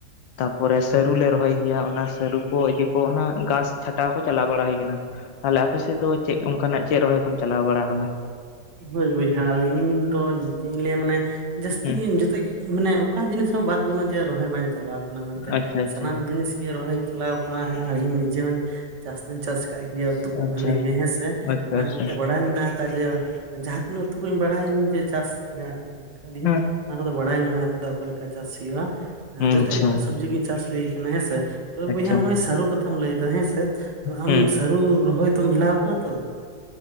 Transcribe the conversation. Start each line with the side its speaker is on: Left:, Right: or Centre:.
Left: ᱛᱟᱯᱚᱨᱮ ᱥᱟᱹᱨᱩ ᱞᱮ ᱨᱚᱦᱚᱭ ᱜᱮᱭᱟ ᱚᱱᱟ ᱥᱟᱹᱨᱩ ᱠᱚ ᱤᱭᱟᱹ ᱠᱚ ᱚᱱᱟ ᱜᱷᱟᱥ ᱪᱷᱟᱴᱟᱣ ᱠᱚ ᱪᱟᱞᱟᱣ ᱵᱟᱲᱟ ᱦᱩᱭ ᱠᱟᱱᱟ ᱛᱟᱦᱚᱞᱮ ᱟᱯᱮ ᱥᱮᱫ ᱫᱚ ᱪᱮᱫ ᱚᱱᱠᱟᱱᱟᱜ ᱪᱮᱫ ᱨᱚᱦᱚᱭ ᱠᱚᱢ ᱪᱟᱞᱟᱣ ᱵᱟᱲᱟ ᱠᱟᱱᱟ᱾
Right: ᱦᱳᱭ ᱵᱚᱭᱦᱟ ᱟᱞᱤᱧᱫᱚ ᱪᱮᱫ ᱤᱧ ᱞᱟᱹᱭᱟ ᱢᱟᱱᱮ ᱡᱟᱹᱥᱛᱤ
Left: ᱦᱩᱸ
Right: ᱜᱮ ᱡᱚᱛᱚ ᱢᱟᱱᱮ ᱚᱠᱟ ᱡᱤᱱᱤᱥ ᱦᱚᱸ ᱵᱟᱫ ᱵᱟᱹᱱᱩᱜᱼᱟ ᱡᱮ ᱨᱚᱦᱚᱭ ᱵᱟᱧ ᱪᱟᱞᱟᱣ ᱠᱟᱱᱟ ᱢᱮᱱᱛᱮ
Left: ᱟᱪᱪᱷᱟ ᱟᱪᱪᱷᱟ
Right: ᱥᱟᱱᱟᱢ ᱡᱤᱱᱤᱥ ᱜᱮ ᱨᱚᱦᱚᱭᱧ ᱪᱟᱞᱟᱣ ᱟᱠᱟᱱᱟ ᱟᱨ ᱤᱧ ᱱᱤᱡᱮ ᱦᱚᱸᱧ ᱪᱟᱥ ᱫᱩᱧ ᱪᱟᱥ ᱟᱠᱟᱫ ᱜᱮᱭᱟ ᱩᱛᱩ ᱠᱚ
Left: ᱟᱪᱪᱷᱟ
Right: ᱵᱷᱟᱞᱤ ᱜᱮ ᱦᱮᱸᱥᱮ
Left: ᱟᱪᱪᱷᱟ
Right: ᱚᱱᱟ
Left: ᱟᱪᱪᱷᱟ
Right: ᱦᱚᱛᱮᱡ ᱛᱮ ᱵᱟᱲᱟᱭ ᱢᱮᱱᱟᱜ ᱠᱟᱜ-ᱟ ᱡᱮ ᱡᱟᱦᱟᱸ ᱛᱤᱱᱟᱹᱜ ᱩᱛᱩ ᱠᱚᱧ ᱵᱟᱲᱟᱭᱟᱹᱧ ᱡᱮ ᱪᱟᱥ ᱨᱮᱭᱟᱜ ᱠᱟᱹᱫᱤᱧ
Left: ᱦᱩᱸ
Right: ᱚᱱᱟ ᱠᱚᱫᱚ ᱵᱟᱲᱟᱭ ᱢᱮᱱᱟᱜ ᱟᱠᱟᱫᱟ ᱚᱠᱟ ᱞᱮᱠᱟ ᱪᱟᱥ ᱦᱩᱭᱩᱜᱼᱟ ᱟ
Left: ᱟᱪᱪᱷᱟ
Right: ᱡᱚᱛᱚᱪ ᱞᱮᱠᱟᱱ ᱥᱚᱵᱡᱤ ᱜᱤ ᱪᱟᱥ ᱦᱩᱭᱟᱠᱟᱱᱟ ᱦᱮᱸ ᱥᱮ ᱛᱳ
Left: ᱟᱪᱪᱷᱟ
Right: ᱵᱚᱭᱦᱟ ᱱᱚᱜ ᱚᱚᱭ ᱥᱟᱹᱨᱩ ᱠᱟᱛᱷᱟᱢ ᱞᱟᱹᱭᱮᱫᱟ ᱦᱮᱸᱥ ᱛ ᱟᱢ
Left: ᱦᱩᱸ
Right: ᱥᱟᱹᱨᱩ ᱨᱚᱦᱚᱭ ᱫᱚᱢ ᱵᱷᱮᱞᱟ ᱟᱠᱟᱱᱟ ᱛᱳ